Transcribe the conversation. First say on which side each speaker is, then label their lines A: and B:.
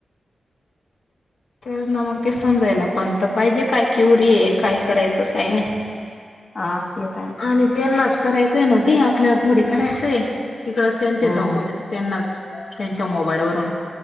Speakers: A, on the left; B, on the left.
A: त्याच ना मग ते समजायला पण तर पाहिजे काय क्युरी आहे काय करायचं काय नाही.
B: हा तेच.
A: आणि त्यांनाच करायचंय ना ते आपल्याला थोडी करायचंय इकडच त्यांचे
B: हम्म
A: डॉक्युमेंट त्यांनाच त्यांच्या मोबाईलवरून